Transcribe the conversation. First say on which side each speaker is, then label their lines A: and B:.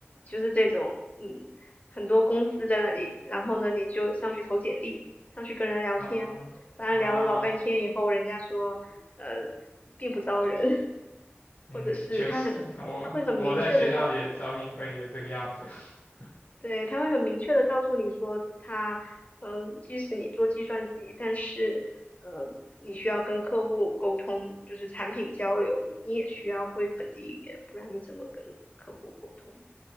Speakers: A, on the left; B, on the left.
A: 就是这种，嗯，很多公司在那里，然后呢，你就上去投简历，上去跟人聊天，
B: 嗯啊，
A: 反正聊了老半天以后，人家说，呃，并不招人，<laughs>
B: 嗯，
A: 或者是他很，
B: 确实，我我在学校里的招聘会也这个样子，
A: 他会很明确的告诉你，
B: <laughs>
A: 对，他会很明确的告诉你说他，嗯，即使你做计算机，但是，呃，你需要跟客户沟通，就是产品交流，你也需要会本地语言，不然你怎么跟客户沟通？